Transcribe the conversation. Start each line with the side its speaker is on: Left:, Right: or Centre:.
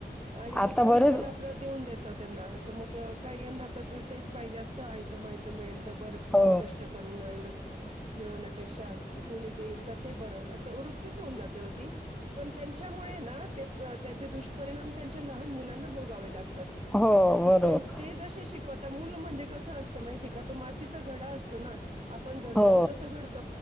Right: आणि मग
Centre: आता
Right: कोणी
Centre: बरेच
Right: पण आपल्या देऊन देत त्यांना असं मग काही यांना तेच पाहिजे असत आयत मयत मिळेल तर बरंच बवा
Centre: हो
Right: कष्ट करून न एवढं. मिळवण्यापेक्षा ते कोणी देईल तर ते बरं असं वृत्ती त्यांची होऊन जाती होती पण त्यांच्यामुळे ना त्यांचे दुष्परिणाम ते लहान मुलांना भोगावे लागतात
Centre: हो बरोबर
Right: ते जसे शिकवतात. मूल म्हणजे कसं असतं माहिती आहे का तो मातीचा घडा असतो ना. आपण घडवावं
Centre: हो
Right: तसं घडत